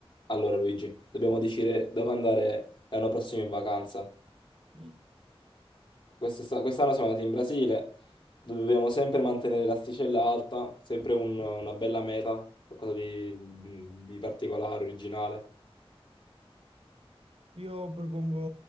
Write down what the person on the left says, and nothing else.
Allora Luigi, dobbiamo decidere dove andare l'anno prossimo in vacanza.
Quest'est- Quest'anno siamo andati in Brasile, dobbiamo sempre mantenere l'asticella alta, sempre un- una bella meta, qualcosa di, di particolare, originale.